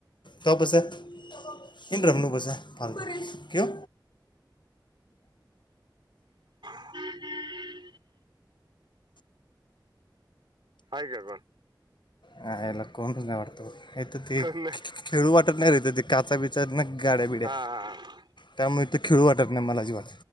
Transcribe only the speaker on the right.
हम् हम आहे का बा
कोण नाही
हा हा